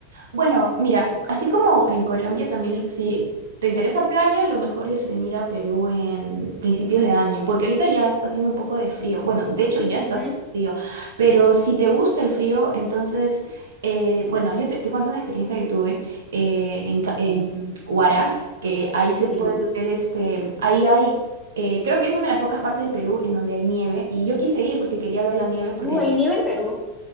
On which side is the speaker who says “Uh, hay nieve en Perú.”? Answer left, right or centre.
Centre